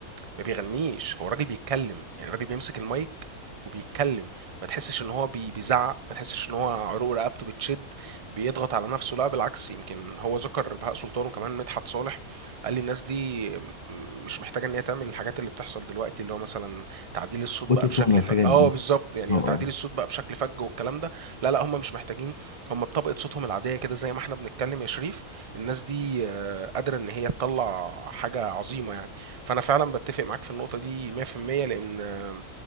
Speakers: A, on the right (about 30°); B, on the left (about 30°).
A: ما بيغنيش هو الراجل بيتكلم يعني الراجل بيمسك المايك وبيتكلم ما تحسش ان هو بي- بيزعق ما تحسش ان هو عروق رقبته بتشد بيضغط على نفسه لا بالعكس يمكن هو ذكر بهاء سلطان وكمان مدحت صالح قال لي الناس دي م- مش محتاجه ان هي تعمل الحاجات اللي بتحصل دلوقتي اللي هو مثلا تعديل الصوت
B: الاوتوتون
A: بقى بشكل
B: والحاجات
A: فج اه
B: دي
A: بالظبط يعني
B: اه آه.
A: تعديل الصوت بقى بشكل فج والكلام ده لا لا هم مش محتاجين هم بطبقة صوتهم العادية كده زي ما احنا بنتكلم يا شريف الناس دي آه، قادرة ان هي تطلع حاجة عظيمة يعني فانا فعلا بتفق معاك في النقطة دي 100% لان آه،